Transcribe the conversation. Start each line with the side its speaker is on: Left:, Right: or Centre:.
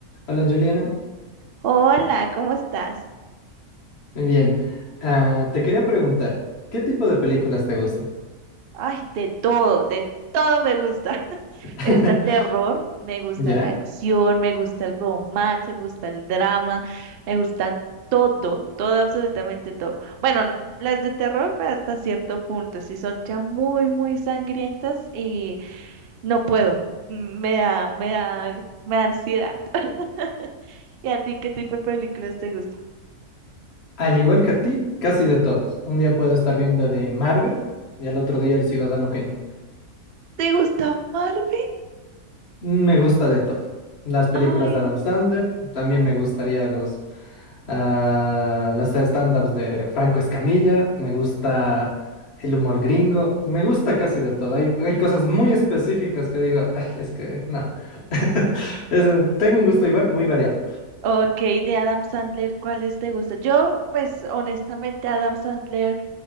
Left: Hola Juliana,
Right: Hola, ¿cómo estás?
Left: muy bien. Ah, te quería preguntar, ¿qué tipo de películas te gusta?
Right: Ay, de todo, de todo me gusta. <laughs>
Left: <laughs>
Right: Me gusta el terror, me gusta
Left: ¿Ya?
Right: la acción, me gusta el romance, me gusta el drama, me gusta todo, todo, absolutamente todo. Bueno, n- las de terror pues, hasta cierto punto, si son ya muy, muy sangrientas, y no puedo. Mm, Me da, me da, me da ansiedad. <laughs> ¿Y a ti qué tipo de películas te gusta?
Left: Al igual que a ti, casi de todas. Un día puedo estar viendo de Marvel y al otro día El Ciudadano Kane.
Right: ¿Te gusta Marvel?
Left: Me gusta de todo. Las películas
Right: Ay,
Left: de Adam Sandler, también me gustaría los, ah, las stand-ups de Franco Escamilla, me gusta el humor gringo, me gusta casi de todo. Hay, hay cosas muy específicas que digo, ay, es que no. <laughs> Es, eh, tengo un gusto igual, muy variado.
Right: Ok, de Adam Sandler, ¿cuáles te gustan? Yo, pues honestamente, Adam Sandler